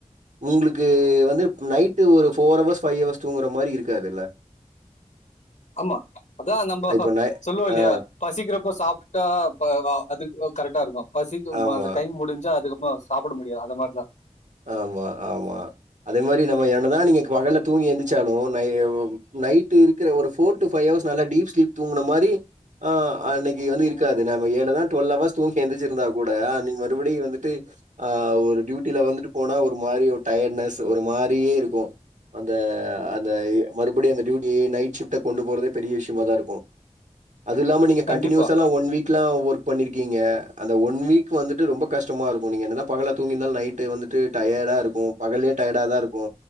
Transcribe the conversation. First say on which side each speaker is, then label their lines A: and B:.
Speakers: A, on the right; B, on the left.
A: உங்களுக்கு வந்து நைட்டு ஒரு ஃபோர் அவர்ஸ் ஃபைவ் அவர்ஸ் தூங்குற மாரி இருக்காதில்ல
B: ஆமா அதா நம்போ
A: இப்ப நை
B: சொல்லுவோ இல்லையா
A: ஆ
B: பசிக்கிறப்ப சாப்ட்டா ப அ அதுக்கு கரெக்டா இருக்குமாம் பசிக்கும்
A: ஆமா.
B: அந்த டைம் முடிஞ்சா அதுக்கப்றமா சாப்பிட முடியாது அந்த மாரிதா
A: ஆமா ஆமா அதே மாரி நம்ம என்னதா நீங்க பகல்ல தூங்கி எந்திரச்சாலு நை நைட்டு இருக்கிற ஒரு ஃபோர் டு ஃபைவ் அவர்ஸ் நல்லா டீப் ஸ்லீப் தூங்குன மாரி ஆ அன்னைக்கு வந்து இருக்காது நாம என்னதா டொவ்ல்வ் அவர்ஸ் தூங்கி எந்திருச்சிருந்தா கூட அன்னைக்கு மறுபடியு வந்துட்டு ஆ ஒரு டியூட்டில வந்துட்டு போனா ஒரு மாரி ஒரு டயர்ட்னஸ் ஒரு மாரியே இருக்கு அந்த அந்த மறுபடியு அந்த டியூட்டி நைட் ஷிஃப்ட்ட கொண்டு போறதே பெரிய விஷ்யமாதா இருக்கு அது இல்லாம நீங்க கண்டியூஸ்ல்லா
B: கண்டிப்பா
A: ஒன் வீக்கெல்லா ஒர்க் பண்ணிருக்கீங்க அந்த ஒன் வீக் வந்துட்டு ரொம்ப கஷ்டமா இருக்கு நீங்க என்ன பகல்ல தூங்கிருந்தாலு நைட்டு வந்துட்டு டயர்டா இருக்கு பகல்லயு டயர்டாதா இருக்கு